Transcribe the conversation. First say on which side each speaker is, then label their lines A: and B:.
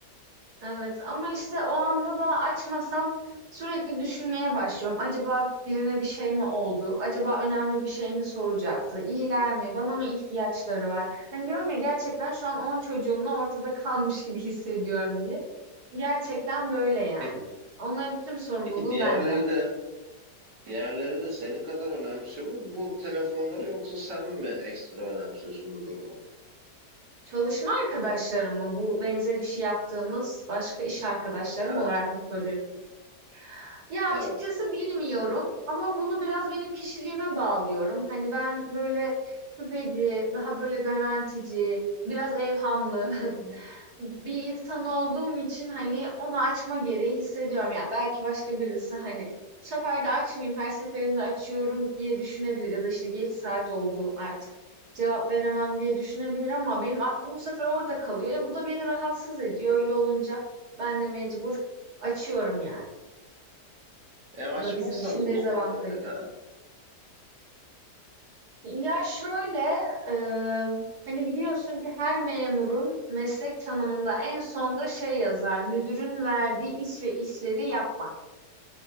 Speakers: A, on the right; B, on the right.
A: Evet ama işte o anda da açmasam sürekli düşünmeye başlıyorum. Acaba birine bir şey mi oldu? Acaba önemli bir şey mi soracaktı? İyiler mi? Bana mı ihtiyaçları var? Hani diyorum ya gerçekten şu an 10 çocuğumla ortada <laughs> kalmış gibi hissediyorum diye. Gerçekten böyle yani.
B: Peki,
A: Onların tüm sorumluluğu
B: peki diğerleri
A: bende.
B: de diğerleri de senin kadar önemsiyor mu bu telefonları yoksa sen mi ekstra önemsiyorsun bu durumu?
A: Çalışma arkadaşlarım mı? Bu benzer işi yaptığımız başka iş arkadaşlarım
B: Evet,
A: olarak mı soruyorsun? Ya
B: evet.
A: açıkçası bilmiyorum ama bunu biraz benim kişiliğime bağlıyorum. Hani ben böyle şüpheci, daha böyle garantici, biraz evhamlı <laughs>
B: Hı hı.
A: bir insan olduğum için hani onu açma gereği hissediyorum. Yani belki başka birisi hani bu sefer de açmayayım, her seferinde açıyorum diye düşünebilir ya da işte geç saat oldu artık cevap veremem diye düşünebilir ama benim aklım bu sefer orada kalıyor. E bu da beni rahatsız ediyor. Öyle olunca ben de mecbur açıyorum yani.
B: E açmazsanız
A: Bu da bizim için dezavantajı.
B: ne olur mesela?
A: Ya şöyle, eee, hani biliyorsun ki her memurun meslek tanımında en sonda şey yazar, müdürün verdiği iş ve işleri yapmak.